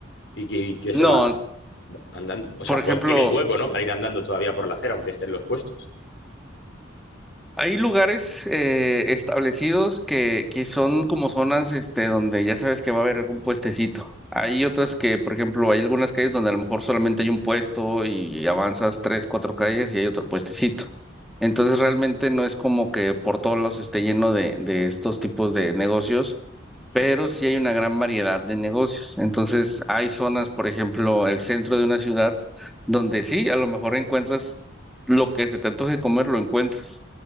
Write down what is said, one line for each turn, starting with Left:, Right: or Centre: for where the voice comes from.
Left: y que, y que se
Centre: No,
Left: va andando, o
Centre: por
Left: sea,
Centre: ejemplo,
Left: pues, tienes hueco, ¿no? Para ir andando todavía por la acera, aunque estén los puestos.
Centre: hay lugares eh, establecidos que, que son como zonas, este, donde ya sabes que va a haber algún puestecito. Hay otras que, por ejemplo, hay algunas calles donde a lo mejor solamente hay un puesto y avanzas tres, cuatro calles y hay otro puestecito. Entonces realmente no es como que por todos lados esté lleno de, de estos tipos de negocios pero
Left: Mm,
Centre: sí hay una gran variedad de negocios. Entonces, hay zonas, por ejemplo, el centro de una ciudad, donde sí, a lo mejor encuentras lo que se te antoje comer, lo encuentras,